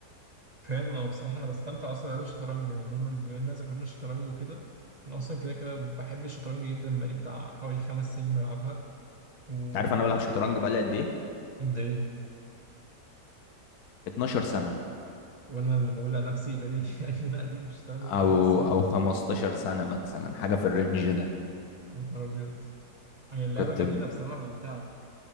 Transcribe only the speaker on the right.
فعلا اه بصراحة انا بستمتع اصلا بلعب الشطرنج يعني عموما بما اننا ذكرنا الشطرنج وكده انا اصلا كده كده بحب الشطرنج جدا بقالي بتاع حوالي خمس سنين بلعبها وبحاول
كده
كو-
قد ايه
وانا اللي بقول على نفسي بقالي <laughs> ان انا قديم في الشطرنج وأنا
بقالي خمس سنين
يا نهار ابيض هي اللعبة
جميلة بصراحة ممتعة